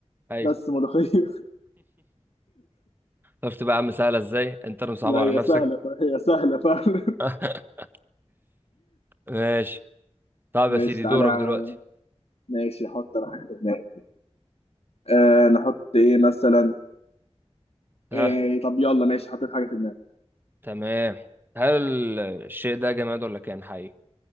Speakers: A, on the right; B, on the left.
A: ايوه
B: بس ملوخيه
A: شفت بقى يا عم سهله ازاي انت
B: <laughs>
A: اللي مصعب
B: لا
A: على
B: هي
A: نفسك
B: سهله فهي سهله فعلا
A: <laughs> ماشي طب
B: ماشي
A: يا سيدي
B: تعالى
A: دورك
B: يع-
A: دلوقتي
B: ماشي حط انا حاجه في دماغي آه نحط ايه مثلا
A: ها
B: إيه طب يلا ماشي حطيت حاجه في دماغي
A: تمام هل الشيء ده جماد ولا كائن حي